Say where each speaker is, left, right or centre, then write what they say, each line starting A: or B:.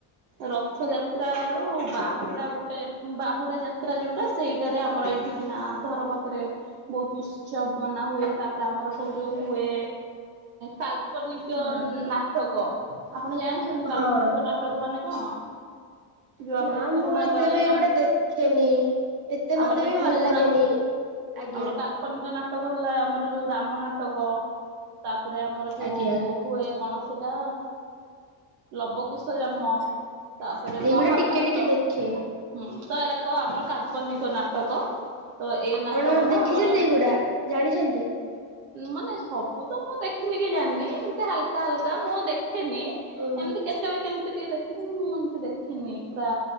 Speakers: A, on the right; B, on the right.
A: ରଥ ଯାତ୍ର ରୁ ବାହୁଡା ଗୋଟେ ବାହୁଡା ଯାତ୍ରା ଯୋଉଟା। ସେଇଟାରେ ଆମର ଏଇଠିକିନା ଘର ପାଖରେସେ! ବହୁତ ଉତ୍ସବ ମନା ହୁଏ ତାପରେ ଆମର ସବୁ ଯୋଉ ହୁଏ କାଲ କାଳ୍ପନିକ
B: ହଁ
A: ନାଟକ ଆପଣ ଜାଣିଛନ୍ତି କାଳ୍ପନିକ
B: ହଁ।
A: ନାଟକ ମାନେ କଣ? ଯୋଉ ଆମର
B: ନା
A: ପୁରୁଣା
B: ମୁଁ ଏତେ
A: କାଳିଆ
B: ବି
A: ନା
B: ଇଗୋଡ଼ା ଦେଖେନିଏତେ
A: ଆମର
B: ମତେ
A: ଯୋଉ
B: ବି
A: ପୁରୁଣା
B: ଭଲ ଲାଗେନି। ଆଜ୍ଞା।
A: ଆମର କାଳ୍ପନିକ ନାଟକ ହେଲାଆମର ଯୋଉ ରାମ ନାଟକ ତାପରେ ଆମର ଯୋଉ
B: ଆଜ୍ଞା
A: ହୁଏ। କଣ ସେଟା ଲବକୁଶ ଜନ୍ମ? ତାପରେ
B: ଏଇଗୁଡା
A: ମହାଭାରତ
B: ଟିକେ ଟିକେ ଦେଖେ
A: ହୁଁ, ତ ଏରାକ ଆମର କାଳ୍ପନିକ ନାଟକ। ତ ଏଇ
B: ଆପଣ
A: ନାଟକ
B: ଦେଖିଛନ୍ତି
A: ଟା ଆମର।
B: ଏଇଗୁଡା ଜାଣିଛନ୍ତି?
A: ମାନେ ସବୁ ତ ମୁଁ ଦେଖିନି କି ଜାଣିନି, ଏମିତି ହାଲକା ହାଲକା ମୁଁ ଦେଖେନି। ଏମିତି
B: ଓହୋ
A: କେତେବେଳେ କେମିତି ଟିକେ ଦେଖେ। ମୁଁ ଏମିତି ଦେଖିନି ପୁରା